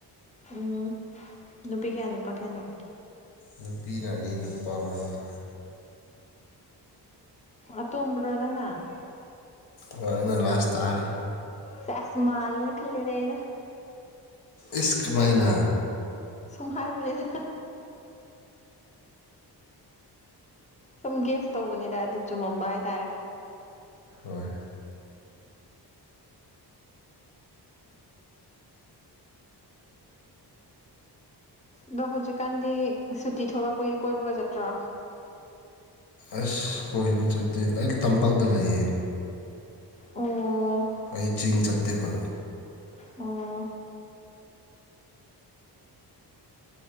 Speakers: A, on the left (about 20°); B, on the left (about 75°).
A: ꯎꯝ ꯅꯨꯄꯤ ꯀꯌꯥ ꯅꯨꯄꯥ ꯀꯌꯥꯅꯣ꯫
B: ꯅꯨꯄꯤꯅ ꯑꯅꯤ ꯅꯨꯄꯥ ꯃꯉꯥ꯫
A: ꯑ ꯇꯣꯝꯕ꯭ꯔꯣ ꯅꯪꯅ꯫
B: ꯍꯣꯏ ꯑꯩꯅ ꯂꯥꯁ ꯇꯥꯔꯦ꯫
A: ꯁꯦꯁ ꯃꯥꯜꯂꯦꯅ ꯈꯜꯂꯦꯅꯦ ꯑꯩꯅ꯫
B: ꯏꯁ ꯀꯃꯥꯢ ꯅꯥ꯫
A: ꯁꯨꯝ ꯍꯥꯏꯕꯅꯤꯗ꯫ ꯁꯨꯝ ꯒ꯭ꯌꯥꯁ ꯇꯧꯕꯅꯤꯗ ꯑꯗꯨ ꯆꯨꯝꯃꯝꯕ ꯍꯥꯏꯇꯥꯔꯦ꯫
B: ꯍꯣꯏ꯫
A: ꯑꯗꯣ ꯍꯧꯖꯤꯛꯀꯥꯟꯗꯤ ꯁꯨꯇꯤ ꯊꯣꯛꯂꯛꯄꯒꯤ ꯀꯣꯏꯕꯒ ꯆꯠꯇ꯭ꯔꯣ꯫
B: ꯑꯁ ꯀꯣꯏꯕ ꯆꯠꯇꯦ ꯑꯩ ꯇꯝꯄꯥꯛꯇ ꯂꯩꯌꯦ꯫
A: ꯑꯣ꯫
B: ꯑꯩ ꯆꯤꯡ ꯆꯠꯇꯦꯕ꯫
A: ꯑꯣ꯫